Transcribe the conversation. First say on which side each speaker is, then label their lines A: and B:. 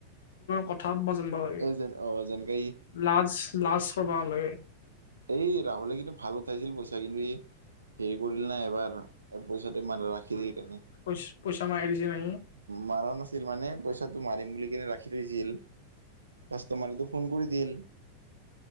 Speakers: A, on the left; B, on the right.
A: কথা পাতবা জানিব লাগে।
B: এই যেন অ' যেনেকে ই।
A: লাজ, লাজ কৰিব নালাগে।
B: এই ৰাহুলে কিন্তু ভাল উঠাইছিল পইচা, কিন্তু ই হেৰি কৰিল না এবাৰ পইচাটো মাৰ ৰাখি দি কাৰণে।
A: পচ পইচা মাৰি দিছিল নাকি।
B: মাৰা নাছিল মানে, পইচাটো মাৰিম বুলি কেনে ৰাখি থৈছিল। কাষ্টমাৰটো ফোন কৰি দিল,